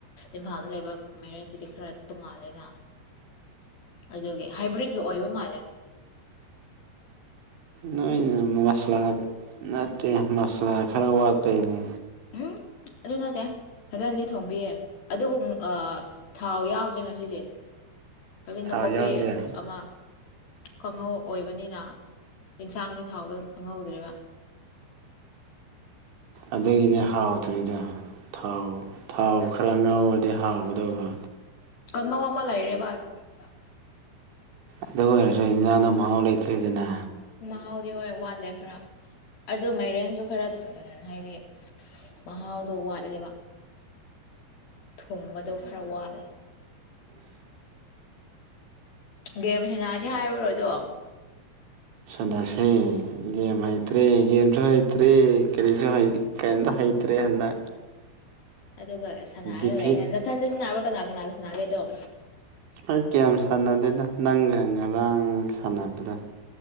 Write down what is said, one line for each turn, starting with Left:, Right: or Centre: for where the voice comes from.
Left: ꯏꯝꯐꯥꯜꯗ ꯂꯩꯕ ꯃꯥꯏꯔꯦꯟꯁꯤꯗꯤ ꯈꯔ ꯇꯣꯉꯥꯂꯦꯅ ꯑꯗꯨꯒꯤ ꯍꯥꯏꯕ꯭ꯔꯤꯠ ꯑꯣꯏꯕ ꯃꯥꯂꯦ
Right: ꯅ ꯃꯁꯂ ꯅꯠꯇꯦ ꯃꯁꯂꯥ ꯈꯔ ꯋꯥꯠꯄꯩꯅꯤ
Left: ꯎꯝ ꯑꯗꯨ ꯅ ꯇ ꯐꯖ ꯁꯣꯡꯕꯤꯌꯦꯦ ꯑꯗꯨꯕꯨ ꯊꯥꯎ ꯌꯥꯎꯗ꯭ꯔꯦ ꯉꯁꯤꯁꯦ ꯑꯕꯤꯤꯟꯟꯗ꯭ꯔ
Right: ꯊꯥꯎ
Left: ꯀꯣꯄꯤ
Right: ꯌꯥꯎꯗꯦ
Left: ꯑꯃ ꯀꯥꯡꯍꯧ ꯑꯣꯏꯕꯅꯤꯅ ꯌꯦꯟꯁꯥꯡꯗꯤ ꯊꯥꯎꯗ ꯈꯪꯍꯧꯗ꯭ꯔꯤꯕ
Right: ꯑꯗꯨꯒꯤꯅꯦ ꯍꯥꯎꯦ ꯑꯗꯨꯏꯗ ꯊꯥꯎ ꯊꯥꯎ ꯈꯔ ꯉꯧꯔꯗꯤ ꯍꯥꯎꯒꯗꯧꯕ
Left: ꯀꯥꯡꯉꯧ ꯑꯃ ꯂꯩꯔꯦꯕ ꯑꯗꯨꯒꯤꯅꯦꯕ
Right: ꯑꯗꯨꯕꯨꯁꯨ ꯏꯟꯖꯥꯡꯅ ꯃꯥꯥꯎ ꯂꯩꯇ꯭ꯔꯔꯤꯗꯅ
Left: ꯃꯍꯥꯎꯗꯤ ꯍꯣꯏ ꯋꯥꯟ ꯂ ꯈꯔ ꯑꯗꯨ ꯃꯥꯏꯔꯦꯟꯁꯨ ꯈꯔ ꯍꯥꯏꯗꯤ ꯃꯍꯥꯎꯗꯣ ꯋꯥꯠꯂꯦꯕ ꯊꯨꯝꯕꯗꯣ ꯈꯔ ꯋꯥꯠꯂꯦ ꯒꯦꯝꯁꯅꯥꯁ ꯍꯥꯏꯔꯨꯔꯣꯗꯣ
Right: ꯍꯟꯗꯁ ꯒꯦꯝ ꯍꯩꯇ꯭ꯔꯦ ꯒꯦꯝꯁꯨ ꯍꯩꯇ꯭ꯔꯦ ꯀꯔꯤꯁꯨ ꯀꯔꯤꯝꯇ ꯍꯩꯇ꯭ꯔꯦ ꯍꯟꯗꯛ
Left: ꯑꯗꯨꯒ ꯁꯥꯟꯅꯔꯒ
Right: ꯗꯤꯐꯤꯠ
Left: ꯂꯩꯅ ꯅꯅꯥꯊꯟꯗ ꯁꯔ ꯅꯥꯒꯅꯥꯁꯤꯅꯥꯒꯦꯗꯧ
Right: ꯍ ꯀꯌꯥꯁ ꯁꯥꯟꯅꯗꯦꯗ ꯅꯪꯒ ꯉꯔꯥꯡ ꯁꯥꯟꯅꯕꯗꯣ